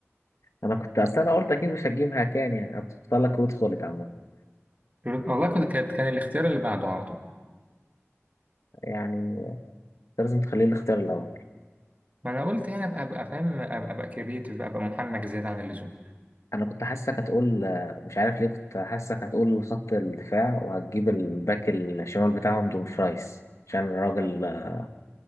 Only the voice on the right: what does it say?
والله
كنت كانت كان الاختيار اللي بعده على طول
ما انا قلت يعني ابقى ابقى فاهم ابقى ابقى كرييتيف ابقى محنك زياده عن اللزوم